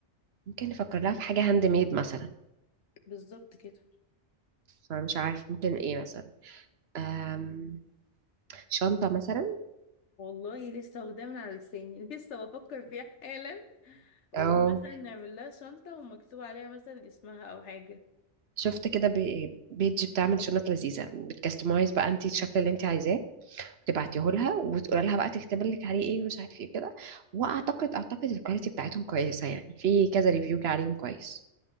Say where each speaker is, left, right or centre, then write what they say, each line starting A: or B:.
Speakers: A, on the right; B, on the left.
A: ممكن نفكر لها في حاجه هاند ميد مثلا
B: بالظبط كده
A: فمش عارف ممكن ايه مثلا أم شنطه مثلا
B: والله لسه واخداه من على لساني <laughs> لسه بفكر فيها حالا واقول
A: او
B: مثلا نعمل لها شنطة ومكتوب عليها مثلا اسمها او حاجة
A: شفت كده بي- بيج بتعمل شنط لذيذه بتكستمايز بقى انت الشكل اللي انت عايزاه وتبعتيه لها وتقول لها بقى تكتب لك عليه ايه ومش عارف ايه كده واعتقد اعتقد الكواليتي بتاعتهم كويسه يعني في كذا ريفيو جه عليهم كويس